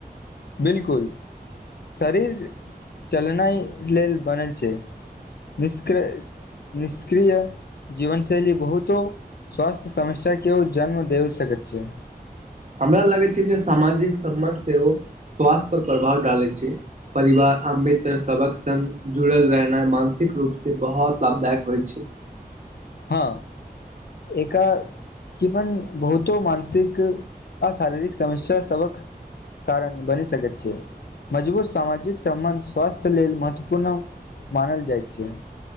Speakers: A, on the left; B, on the right.
A: बिल्कुल शरीर चलेनाइ लेल बने छ निष्क्र निष्क्रि जीवन शैली बहुतो स्वास्थ्य समस्या केओ जन्म दे सकैत छ
B: हमरा लगै छै जे सामाजिक सम्मर्थ से ओ स्वास्थ्य पर प्रभाव डालैत छ परिवार आ मित्र सबक संग जुड़ल रहनाइ मानसिक रूप से बहुत लाभदायक होइ छ
A: हँ ए कि अपन बहुतो मानसिक आ शारीरिक समस्या सभ कारण बनी सकै छ मजबूत सामाजिक सम्बन्ध स्वास्थ्य लेल महत्वपूर्ण मानल जाइत छ